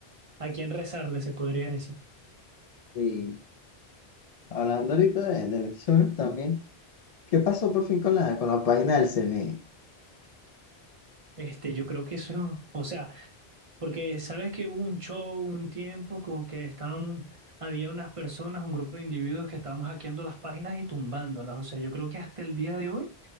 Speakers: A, on the right; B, on the left.
A: a quién rezarle, se podría decir.
B: Y hablando ahorita de, de elecciones también. ¿Qué pasó por fin con la, con la página del CNE?
A: Este, yo creo que eso, o sea, Porque sabes que hubo un show un tiempo como que estaban, había unas personas, un grupo de individuos que estaban hackeando las páginas y tumbándolas. O sea, yo creo que hasta el día de hoy